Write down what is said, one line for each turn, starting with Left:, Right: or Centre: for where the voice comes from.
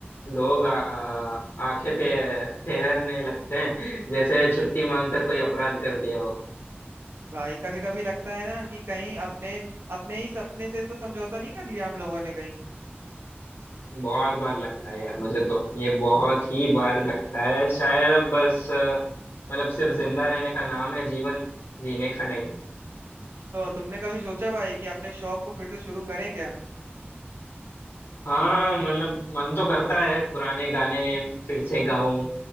Left: लोग आ- आ- आंखें ते तेरने लगते हैं जैसे छुट्टी मांगकर कोई अपराध कर दिया हो
Right: भाई कभी कभी लगता है ना कि कहीं अपने अपने ही सपने से तो समझौता नहीं कर लिया हम लोगों ने कहीं
Left: बहुत बार लगता है यार मुझे तो ये बहुत ही बार लगता है शायद अब बस अ, मतलब सिर्फ जिंदा रहने का नाम है जीवन जीने का नहीं
Right: तो तुमने कभी सोचा भाई कि अपने शौक को फिर से शुरू करें क्या
Left: हाँ मतलब मन तो करता है पुराने गाने फिर से गाऊं